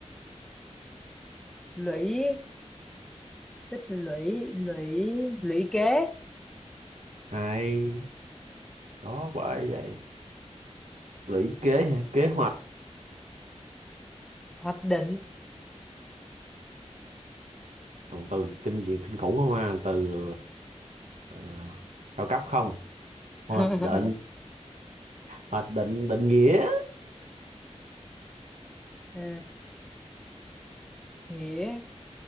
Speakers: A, in the centre; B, on the right.
A: lũy tích lũy lũy lũy kế
B: hay đó bởi vậy lũy kế hả? kế hoạch
A: hoạch định
B: toàn từ kinh dị kinh khủng không à từ ờ, cao cấp không hoạch
A: <laughs>
B: định hoạch định định nghĩa
A: Ờ, nghĩa